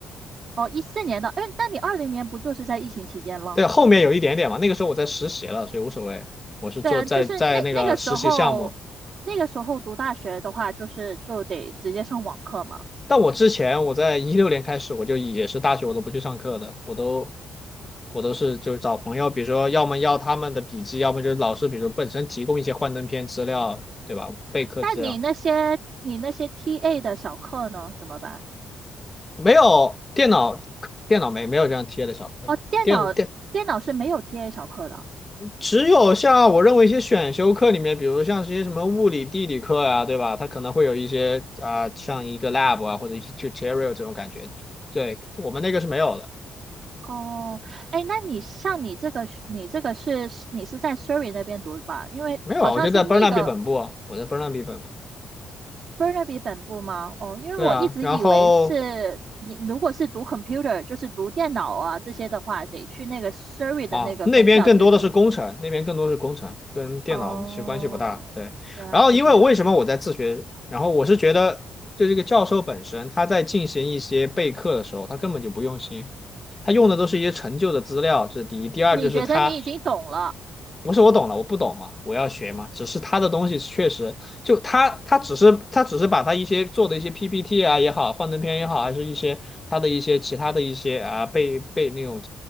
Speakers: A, on the right (about 55°); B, on the left (about 25°).
A: 哦，一四年的，哎，那你二零年不就是在疫情期间吗？
B: 对，后面有一点点嘛，那个时候我在实习了，所以无所谓。我是做在在那个实习项目，
A: 对啊，就是那那个时候，那个时候读大学的话，就是就得直接上网课嘛。
B: 但我之前我在一六年开始，我就也是大学我都不去上课的，我都我都是就找朋友，比如说要么要他们的笔记，要么就是老师，比如说本身提供一些幻灯片资料，对吧？备课资料
A: 但你那些你那些 TA 的小课呢，怎么办？
B: 没有电脑电脑没没有这样贴的小课的，
A: 哦，电脑电脑是没有
B: 电电
A: TA 小课的。
B: 只有像我认为一些选修课里面，比如像这些什么物理、地理课啊，对吧？它可能会有一些啊、像一个 lab 啊，或者一些 tutorial 这种感觉。对，我们那个是没有的，
A: 哦，哎，那你像你这个是，你这个是你是在 Surrey 那边读的吧？因为好像是那个
B: 没有啊。我就在 Burnaby 本部啊，我在 Burnaby 本部。
A: Burnaby 本部吗？哦，因为我一直以为是你如果是读
B: 对啊，然后
A: computer，就是读电脑啊这些的话，得去那个 Surrey 的那个分校去读。
B: 啊，那边更多的是工程，那边更多是工程，跟电脑其实关系不大。
A: 哦，
B: 对，
A: 原来是这样。
B: 然后因为我为什么我在自学，然后我是觉得，就这个教授本身他在进行一些备课的时候，他根本就不用心，他用的都是一些陈旧的资料，这是第一。第二就是他
A: 你觉得你已经懂了
B: 不是我懂了，我不懂嘛，我要学嘛。只是他的东西确实，就他他只是他只是把他一些做的一些 PPT 啊也好，幻灯片也好，还是一些他的一些其他的一些啊备备那种